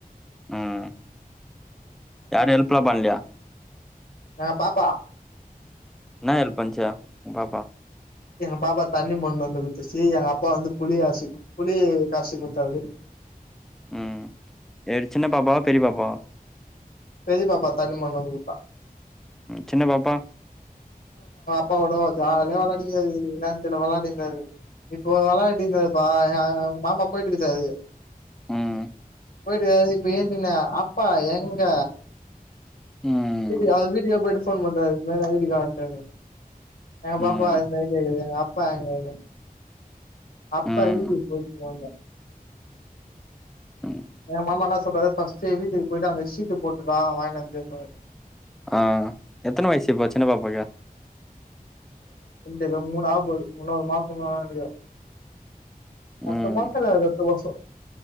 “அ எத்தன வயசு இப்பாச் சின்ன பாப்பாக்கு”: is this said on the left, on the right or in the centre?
Centre